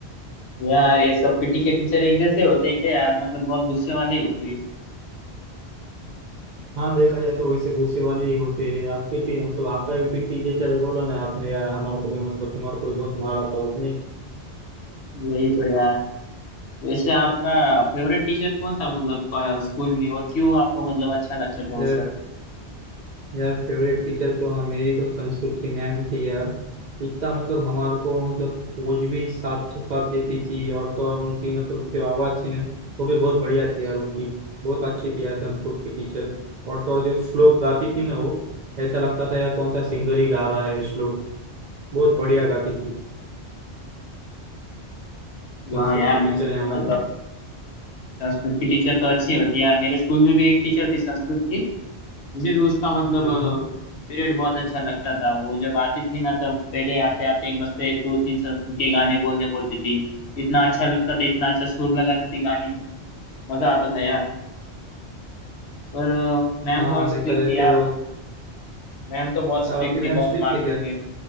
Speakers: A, on the left; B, on the right.
A: यार ये सब पीटी के टीचर एक जैसे होते हैं क्या यार मतलब बहुत गुस्से वाले होते हैं
B: हाँ देखा जाए तो वैसे गुस्से वाले ही होते हैं आप पीटी मतलब आपका भी पीटी टीचर बोला ना आपने यार हमारे को भी मतलब तुम्हारे को भी बहुत मारा था उसने
A: वही तो यार वैसे आपका फेवरेट टीचर कौन था मतलब स्कूल में और क्यों आपको मतलब अच्छा लगता था वो
B: यार
A: सर
B: यार फेवरेट टीचर तो हाँ मेरी तो संस्कृत की मैम थी यार इतना मतलब हमारे को मतलब कुछ भी साथ तो साथ देती थी और तो और उनकी मतलब जो आवाज़ थी ना वो भी बहुत बढ़िया थी यार उनकी बहुत अच्छी थी यार संस्कृत की टीचर और तो और जो श्लोक गाती थी ना वो ऐसा लगता था यार कौन सा सिंगर ही गा रहा है ये श्लोक बहुत बढ़िया गाती थी
A: वाह
B: संस्कृत
A: यार
B: की
A: मस्त
B: टीचर है
A: तो
B: हमारी
A: मतलब संस्कृत की टीचर तो अच्छी होती है यार मेरे स्कूल में भी एक टीचर थी संस्कृत की मुझे भी उसका मतलब
B: हाँ हाँ
A: पीरियड बहुत अच्छा लगता था वो जब आती थी ना तब पहले आते आते ही मस्त एक दो तीन संस्कृत के गाने बोलने बोलती थी इतना अच्छा लगता था इतना अच्छा सुर लगाती थी गाने में मजा आता था यार पर मैम
B: हाँ
A: बहुत
B: देखा
A: स्ट्रिक्ट
B: जाए
A: थी यार
B: तो
A: मैम तो बहुत स्ट्रिक्ट
B: यार आपकी मैम
A: थी बहुत
B: स्ट्रिक्ट
A: मारती
B: थी क्या
A: थी